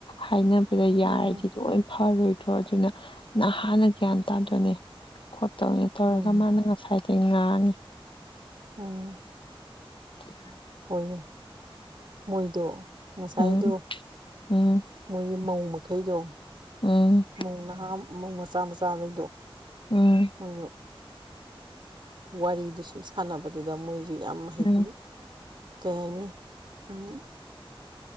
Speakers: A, on the left; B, on the right.
A: ꯍꯥꯏꯅ ꯗ
B: ꯎꯝ
A: ꯌꯥꯔꯗꯤ
B: ꯎꯝ
A: ꯂꯣꯏ ꯐꯔꯣꯏꯗ꯭ꯔꯣ ꯑꯗꯨꯅ ꯅ ꯍꯥꯟꯅ ꯒ꯭ꯌꯥꯟ ꯇꯥꯗꯣꯏꯅꯦ ꯈꯣꯠꯇꯧꯅꯤ ꯇꯧꯔꯒ
B: ꯎꯝ
A: ꯃꯥꯅ ꯉꯁꯥꯏꯗ ꯉꯥꯡꯉꯤ
B: ꯎꯝ
A: ꯎꯝ
B: ꯍꯣꯏꯅꯦ ꯃꯣꯏꯗꯣ ꯉꯁꯥꯏꯗꯣ
A: ꯎꯝ ꯎꯝ
B: ꯃꯣꯏꯒꯤ ꯃꯧ ꯃꯈꯩꯗꯣ
A: ꯎꯝ
B: ꯃꯨꯡ ꯅꯍꯥꯃꯨꯡ ꯃꯆꯥ ꯃꯆꯥꯕꯩꯗꯣ
A: ꯎꯝ
B: ꯃꯣꯏꯅ ꯋꯥꯔꯤꯗꯨ ꯁꯨꯝ ꯁꯥꯟꯅꯕꯗꯨꯗ ꯃꯣꯏꯁꯨ ꯌꯥꯝ ꯍꯥꯏꯩꯗꯤ
A: ꯎꯝ
B: ꯀꯩ ꯍꯥꯏꯅꯤ ꯎꯝ